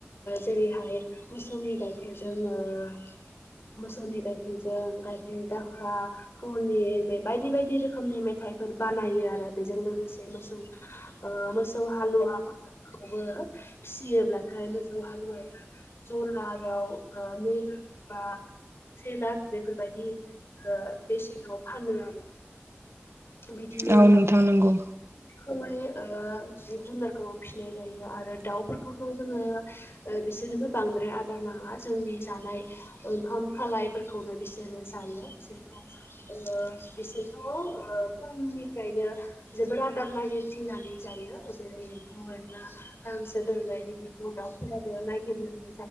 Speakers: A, on the left; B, on the right.
A: जे रैहाय मोसौनि गाइखेरजों मोसौनि गाइखेरजों गाइखेर दाखा <unintelligible> बे बायदि बायदि रोखोमनि मेथाय फोर बानायो आरो बेजों लोगोसे मोसौ मोसौ हालुवा खौबो फिसियोब्लाथाय मोसौ हालुवाया जरायाव नै लाख बा से लाख बेफोरबायदि बेसेनाव फानो आरो। बिदिनो
B: औ नोंथां नंगौ औ नोंथां नंगौ औ नोंथां नंगौ
A: रोखोमै जिब जुनारखौ फिसिनाय जायो आरो दाउफोरखौथ' जोङो बिसोरनोबो बांद्राय आदार नाङा जोंनि जानाय ओंखाम खालायफोरखौनो बिसोरो जायो बिसोर बिसोरथ' फुंनिफ्रायनो जोबोर आदार नागिरथिं नानै जायो जेरै एम्फौ एनला गांसो गोरलै बेफोरखौ दाउफोराबो नायगिरना नै